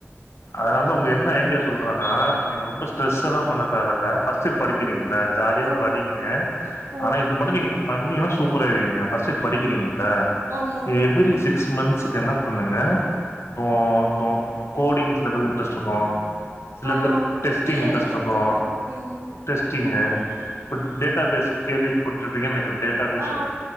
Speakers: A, on the left; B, on the right.
A: அதனால தா உங்க என்ன ஐடியா சொல்றன்னா நீங்க ரொம்ப ஸ்ட்ரெஸ் எல்லா பண்ண தேவ இல்ல ஃபஸ் படிக்கிறீங்கல்ல ஜாலியா
B: ஆ
A: படிங்க அ
B: ஆ
A: ஆனா இது மட்டு நீங்க பண்ணீங்கன்னா சூப்பரா ஆய்ருவீங்க ஃபர்ஸ்ட் இயர் படிக்கிறீங்கல்ல
B: ஆமா
A: எவ்ரி சிக்ஸ் மந்த்ஸுக்கு என்ன பண்ணுங்க இப்போ இப்போ கோடிங் சில பேருக்கு இன்ட்ரெஸ்ட் இருக்கு சில
B: ஆ
A: பேருக் டெஸ்டிங்
B: தியரி
A: இன்ட்ரெஸ்ட் இருக்கு
B: இந்த மாரி ம்
A: டெஸ்டிங்கு டேட்டாபேஸ் கேள்வி பட்ருப்பீங்கன் நினைக்கிற டேட்டா பேஸ்
B: ஆ
A: இருக்கு